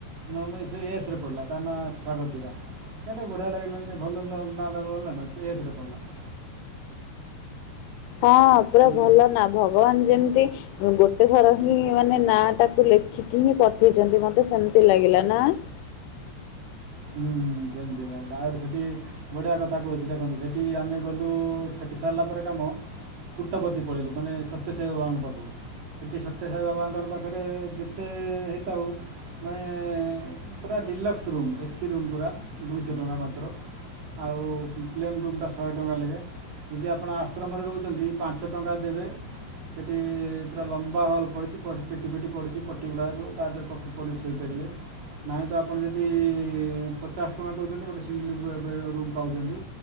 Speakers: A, on the right; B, on the left.
A: ନାଇଁ ମ ସେଇ ଏସରେେ ପଡ଼ିଲା ତା ନାଁ ସ୍ୱାଗତିକା। କେତ ବଢିଆ ଲାଗିଲାନି ଭଲ ନ ନାଁ ଟା <unintelligible> ସେ ଏସରେ ପଡ଼ିଲା।
B: ହଁ ପୁରା
A: ଏମିତି
B: ଭଲ
A: ଆଉ
B: ନା ଭଗବାନ ଯେମିତି ମୁଁ ଗୋଟେ ଥର ହିଁ ମାନେ ନା ଟାକୁ ଲେଖିକି ହିଁ ପଠେଇଛନ୍ତି ମତେ ସେମିତି ଲାଗିଲା ନା! <inaudible>
A: ହୁଁ ହୁଁ ସେମତି ରହିଲା ଆଉରି ସିଠି ବଢିଆ କଥା କହୁଛି ଦେଖନ୍ତୁ ସେଠି ଆମେ ଗଲୁ ଏଠି ସାରିଲା ପରେ କାମ ଫୁଟପତି ପଳେଇଲୁ ମାନେ ସତ୍ୟସାଇ ବାବାଙ୍କ ପାଖକୁ ସେଠି ସତ୍ୟସାଇ ବାବାଙ୍କର ପାଖରେ ଯେତେ ହେଇଥାଉ ମାନେ ପୁରା ଡିଲକ୍ସ ରୁମ୍ ଏସିି ରୁମ୍ ପୁରା ଦୁଇଶହ ଟଙ୍କା ମାତ୍ର ଆଉ ପ୍ଲେନ୍ ରୁମଟା ଶହେ ଟଙ୍କା ଲେଖେ ଯଦି ଆପଣ ଆଶ୍ରମରେ ରହୁଛନ୍ତି ପାଞ୍ଚ ଟଙ୍କା ଦେବେ ସେଠି ପୁରା ଲମ୍ବା ହଲ୍ ପଡିଛି ପ ପିଟି ପିଟି ପଡିଛି ପଟି ଗୁଡାକୁ ତା ଦେହରେ ପଟି ପକେଇକି ଶୋଇପାରି ବେ ନାଇଁ ତ ଆପଣ ଯଦି ଏ ପଚାଶ ଟଙ୍କା ଦଉଛନ୍ତି ଗୋଟେ ସିଙ୍ଗଲ ବେ ବେଡ୍ ରୁମ୍ ପାଉଛନ୍ତି।